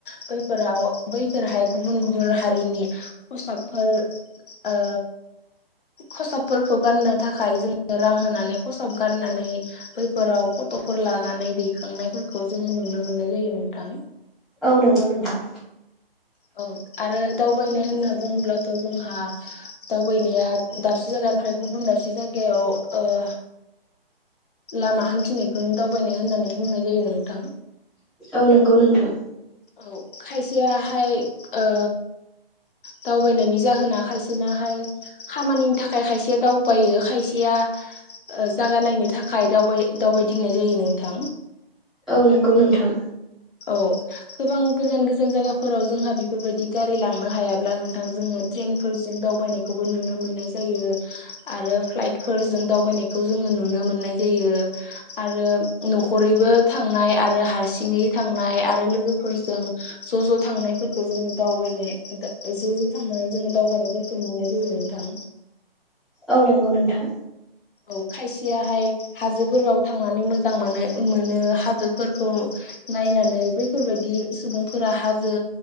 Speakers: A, on the left (about 55°); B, in the centre.
A: बैफोराव बैफोरहाय गुबुन गुबुन हारिनि खसाबफोर ओ खसाबफोरखौ गाननो थाखाय जोङो रां होनानै खसाब गाननानै बै फोराव फटफोर लानानै दैखांनायफोरखौ जोङो नुनो मोननाय जायो नोंथां।
B: औ नोंगौ नोंथां।
A: औ आरो दावबायनाय होनना बुङोब्लाथ जोंहा दावबायनाया दाबसे जायगानिफ्राय गुबुन दाबसे जायगायाव ओ लामा हान्थिनायखौ दावबायनाय होननानै बुंनाय जायो नोंथां।
B: औ नोंगौ नोंथां।
A: औ खायसेयाहाय ओ दावबायनायनि जाहोना खायसेनाहाय खामानिनि थाखाय खायसेया दावबायो खायसेया ओ जागा नायनो थाखाय दावबाय दावबायदिंनाय जायो नोंथां।
B: औ नोंगौ नोंथां।
A: औ गोबां गोजान गोजान जायगाफोराव जोंहा बेफोरबायदि गारि लांनो हायाब्ला नोंथां जोङो ट्रेनफोरजों दावबायनायखौबो नुनो मोननाय जायो आरो फ्लाइटफोरजों दावबायनाय खौ जोङो नुनो मोननाय जायो आरो नखरैबो थांनाय आरो हारसिङै थांनाय आरो लोगोफोरजों ज ज थांनायफोरखौ जोङो दावबायनो दा ज ज थांनानै जोङो दावबायनायफोरखौ नुनाय जायो नोंथां।
B: औ नोंगौ नोंथां।
A: औ खायसेयाहाय हाजोफोराव थांनानै मोजां मोनो मोनो हाजोफोरखौ नायनानै बै फोरबायदि सुबुंफोरा हाजो